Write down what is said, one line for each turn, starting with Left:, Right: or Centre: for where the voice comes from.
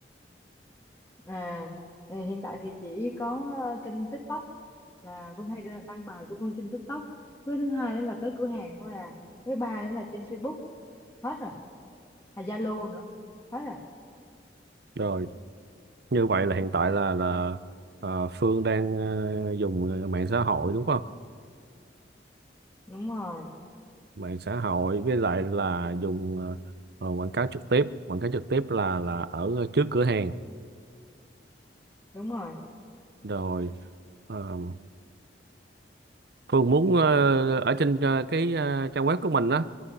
Left: À, ờ, hiện tại thì chỉ có ờ, kênh TikTok là Vân hay đăng bài của Vân trên TikTok. Với thứ hai nữa là tới cửa hàng thôi à. Với ba nữa là trên Facebook hết rồi. À Zalo nữa. Hết rồi.
Right: rồi như vậy là hiện tại là là ờ, Phương đang ờ, dùng mạng xã hội đúng không
Left: Đúng rồi,
Right: mạng xã hội với lại là dùng ờ, ờ, quảng cáo trực tiếp quảng cáo trực tiếp là là ở trước cửa hàng
Left: đúng rồi.
Right: rồi ờ, Phương muốn ờ, ở trên ờ, cái ờ, trang web của mình đó